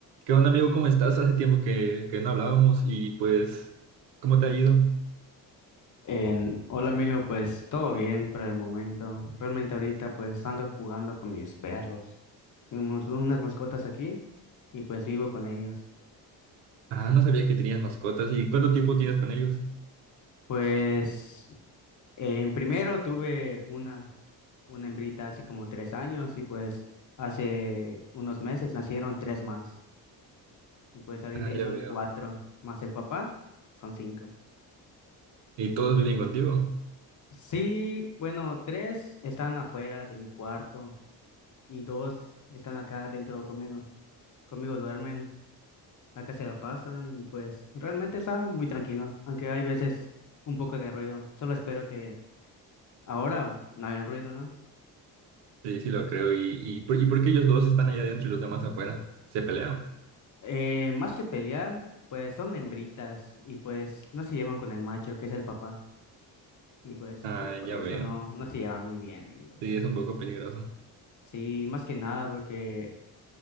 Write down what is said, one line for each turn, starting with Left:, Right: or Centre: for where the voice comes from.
Right: ¿Qué onda, amigo? ¿Cómo estás? Hace tiempo que, que no hablábamos y pues, ¿cómo te ha ido?
Left: En- hola amigo, pues todo bien por el momento. Realmente ahorita pues ando jugando con mis perros. Tenemos unas mascotas aquí y pues vivo con ellos.
Right: Ah, no sabía que tenías mascotas. ¿Y cuánto tiempo tienes con ellos?
Left: Pues en primero tuve una, una hembrita hace como tres años y pues hace unos meses nacieron tres más. Y pues ahorita
Right: Ah,
Left: ya
Right: ya
Left: son
Right: veo.
Left: cuatro, más el papá, son cinco.
Right: ¿Y todos viven contigo?
Left: Sí, bueno, tres están afuera de mi cuarto y dos están acá dentro conmigo. Conmigo duermen, acá se la pasan y pues realmente está muy tranquilo, aunque hay veces un poco de ruido. Solo espero que ahora no hagan ruido, ¿no?
Right: Sí, sí lo creo. ¿Y, y, por, y por qué ellos dos están allá adentro y los demás afuera? ¿Se pelean?
Left: Eh, más que pelear, pues son hembritas y pues no se llevan con el macho, que es el papá. Y pues
Right: Ah,
Left: creo que por
Right: ya
Left: eso
Right: veo.
Left: no, no se llevan muy bien ellos.
Right: Sí, es un poco peligroso.
Left: Sí, más que nada porque